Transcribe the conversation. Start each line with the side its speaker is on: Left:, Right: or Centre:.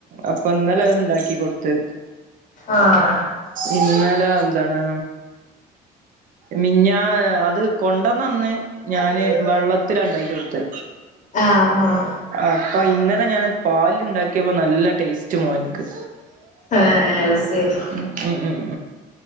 Right: അപ്പൊ എന്നാല അത് ഉണ്ടാക്കി കൊടുത്ത്
Left: ആഹ
Right: ഇന്നലെ എന്താണ് മിഞ്ഞ അത് കൊണ്ടന്നന്ന് ഞാന് വെള്ളത്തില ഉണ്ടാക്ക കൊടുത്ത്
Left: ആഹ ആഹ്
Right: അപ്പൊ ഇന്നലെ ഞാൻ പാല് ഉണ്ടാക്കിയപ്പോ നല്ല ടേസ്റ്റ് മോനിക്ക്
Left: ആഹ ശരി
Right: ഉം ഉം